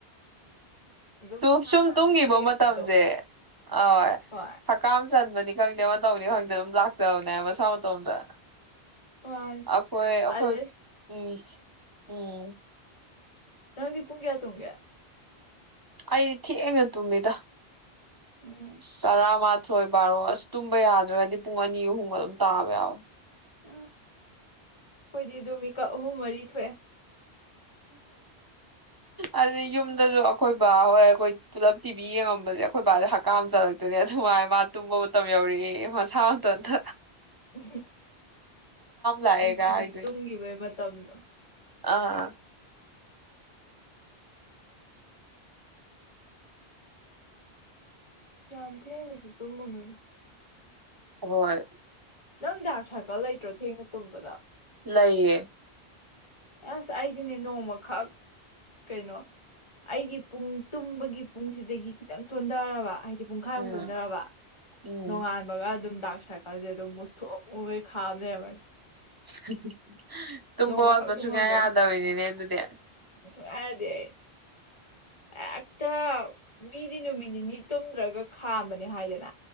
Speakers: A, on the left; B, on the right.
A: ꯑꯗꯨꯝ
B: ꯑꯣ
A: ꯃꯁꯥꯅ
B: ꯁꯨꯝ ꯇꯨꯝꯒꯤꯕ
A: ꯑꯗꯨꯝ ꯎꯏꯔꯛꯄꯗꯣ
B: ꯃꯇꯝꯁꯦ ꯑ
A: ꯍꯣꯏ
B: ꯍꯀꯥꯝ ꯆꯟꯕꯅꯤ ꯈꯪꯗꯦ ꯑꯃ ꯇꯧꯕꯅꯤ ꯈꯪꯗꯦ ꯗꯨꯝ ꯂꯥꯛꯆꯕꯅꯦ ꯃꯁꯥ ꯃꯇꯣꯝꯗ ꯇꯣꯝꯗ
A: ꯃꯥꯅꯦ
B: ꯑꯩꯈꯣꯏ ꯑꯩꯈꯣꯏ
A: ꯑꯗꯩ
B: ꯃꯤ ꯎꯝ
A: ꯅꯪꯗꯤ ꯄꯨꯡ ꯀꯌꯥ ꯇꯨꯡꯒꯦ
B: ꯑꯩꯗꯤ ꯊꯦꯡꯅ ꯇꯨꯝꯃꯤꯗ
A: ꯎꯝ
B: ꯇꯔꯥꯃꯥꯊꯣꯢ ꯒꯣꯏ ꯕꯥꯔꯣ ꯑꯁ ꯇꯨꯝꯕ ꯌꯥꯗ꯭ꯔꯒꯗꯤ ꯄꯨꯡ ꯑꯅꯤ ꯑꯍꯨꯝꯒ ꯑꯗꯨꯝ ꯇꯥꯕ ꯌꯥꯎꯏ
A: ꯎꯝ ꯈꯣꯏꯗꯤ ꯑꯗꯨ ꯃꯤꯀꯞ ꯑꯍꯨꯝ ꯃꯔꯤ ꯊꯣꯛꯑꯦ
B: ꯑꯗꯨ ꯌꯨꯝꯗꯁꯨ ꯑꯩꯈꯣꯏ ꯕꯥ ꯍꯣꯏ ꯑꯩꯈꯣꯏ ꯄꯨꯂꯞ ꯇꯤꯚꯤ ꯌꯦꯡꯉꯝꯕꯁꯦ ꯑꯩꯈꯣꯏ ꯕꯥꯁꯦ ꯍꯛꯀꯥꯝ ꯆꯠꯂꯛꯇꯣꯏꯅꯦ ꯑꯗꯨꯃꯥꯏꯅ ꯃꯥ ꯇꯨꯝꯕ ꯃꯇꯝ ꯌꯧꯔꯛꯑꯦꯌꯦ ꯃꯁꯥ ꯃꯇꯣꯝꯇ
A: ꯎ
B: ꯂꯥꯛꯑꯦꯒ
A: ꯅꯨꯡꯇꯤꯒꯤ
B: ꯍꯥꯏꯗꯣꯏꯅꯦ
A: ꯇꯨꯡꯒꯤꯕꯩ ꯃꯇꯝ ꯇꯝꯗꯣ
B: ꯑꯥ
A: ꯌꯥꯝ ꯊꯦꯡꯅꯁꯨ ꯇꯨꯝꯃꯨꯅꯨꯗ
B: ꯍꯣꯏ
A: ꯅꯪ ꯗꯥꯔꯛ ꯁꯥꯔꯀꯜ ꯂꯩꯇ꯭ꯔꯣ ꯊꯦꯡꯅ ꯇꯨꯝꯕꯗꯣ
B: ꯂꯩꯥꯌꯦ
A: ꯑꯁ ꯑꯩꯗꯤꯅꯦ ꯅꯣꯡꯃꯈꯛ ꯀꯩꯅꯣ ꯑꯩꯒꯤ ꯄꯨꯡ ꯇꯨꯝꯕꯒꯤ ꯄꯨꯡꯁꯤꯗꯒꯤ ꯈꯤꯇꯪ ꯆꯣꯟꯊꯔꯕ ꯍꯥꯏ ꯄꯨꯡꯈꯥꯏꯃꯨꯛ
B: ꯎꯝ
A: ꯆꯣꯟꯗꯔꯕ
B: ꯎꯝ
A: ꯅꯣꯡꯉꯥꯟꯕꯒ ꯑꯗꯨꯝ ꯗꯥꯛ ꯁꯥꯔꯀꯜꯁꯦ ꯑꯗꯨꯝ ꯃꯨꯁꯨꯛ ꯃꯨꯈꯩ ꯈꯥꯝ ꯂꯩꯔꯝꯃꯅꯤ
B: <unintelligible> ꯇꯨꯝꯕ
A: ꯅꯣꯡꯃꯈꯛ
B: ꯋꯥꯠꯄ
A: ꯇꯨꯝꯍꯧꯗꯕꯩ
B: ꯁꯨꯡꯌꯥ ꯌꯥꯗꯕꯤꯅꯤꯅꯦ ꯑꯗꯨꯗꯤ ꯑ
A: ꯁꯨꯡꯌꯥ ꯌꯥꯗꯦ ꯑꯩ ꯍꯦꯛꯇ ꯃꯤꯗꯤ ꯅꯨꯃꯤꯠ ꯅꯤꯅꯤ ꯇꯨꯝꯗ꯭ꯔꯒ ꯈꯥꯝꯕꯅꯦ ꯍꯥꯏꯗꯅ